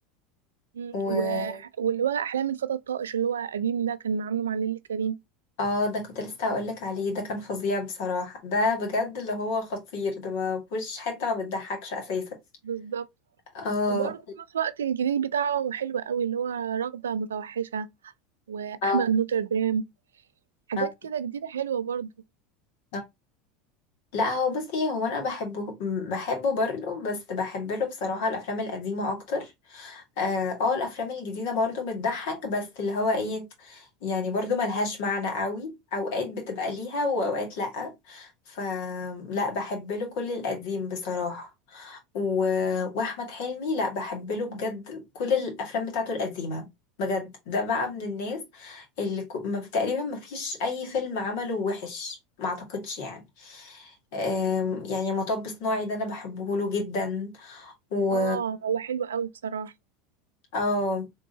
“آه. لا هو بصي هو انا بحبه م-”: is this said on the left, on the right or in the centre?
Left